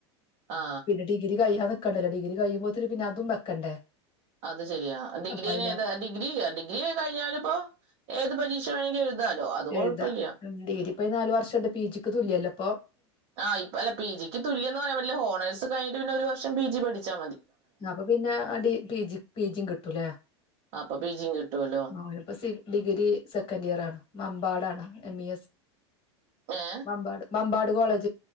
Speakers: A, on the right; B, on the left.
A: ആ
B: പിന്നെ ഡിഗ്രി കഴിയാന്ന്ക്കണ്ടല്ലോ ഡിഗ്രി കഴിയുമ്പോത് ന് പിന്നെ അതും വെക്കണ്ടേ
A: അത് ശരിയാ ഡിഗ്രീ
B: അപ്പൊ അതിലേറെ
A: നേതാ ഡിഗ്രി ഡിഗ്രി കഴിഞ്ഞാനിപ്പോ ഏത് പരീക്ഷ വേണങ്കി എഴുതാലോ. അത് കൊഴപ്പല്യ
B: എഴുതാ ഡിഗ്രി
A: ഉം
B: ഇപ്പൊ ഈ നാല് വർഷണ്ട് പി ജിക്ക് തുല്ല്യല്ല്യ പ്പോ
A: ആഹ് ഇപ് അല്ല പി ജിക്ക് തുല്യന്ന് റയാമ്പറ്റ്ല്ല. ഹോണേസ് കയിൻട്ട് പിന്നൊരു വർഷം പി ജി പഠിച്ചാ
B: അപ്പൊ പിന്നെ അടി പിജി പിജിം കിട്ടൂലേ?
A: അപ്പൊ പി ജിയും കിട്ടുമല്ലോ
B: ഓല് പ്പോ സി ഡിഗ്രി സെക്കൻഡ് ഇയർ ആണ് മമ് പാടാണ് എം ഇ എസ്
A: ഏഹ്
B: മമ്പാട് മമ്പാട് കോളേജ്